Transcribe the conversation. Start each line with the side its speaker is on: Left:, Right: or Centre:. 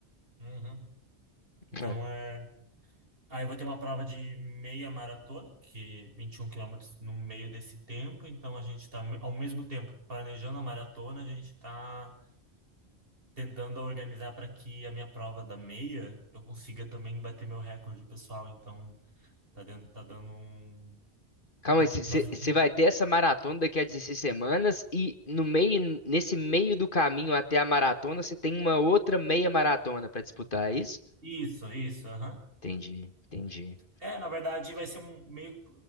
Right: Uhum. Então
Left: É.
Right: é. Aí eu vou ter uma prova de meia maratona, que 21 quilômetros no meio desse tempo. Então a gente está, ao mesmo tempo, planejando a maratona, a gente está tentando organizar para que a minha prova da meia eu consiga também bater meu recorde pessoal. Então tá, dentro, tá dando um.
Left: Calma aí, você
Right: Nós...
Left: vai ter essa maratona daqui a 16 semanas e no meio, nesse meio do caminho até a maratona, você tem uma outra meia maratona para disputar, é isso?
Right: Isso, isso, aham.
Left: Entendi, entendi.
Right: É, na verdade, vai ser um meio.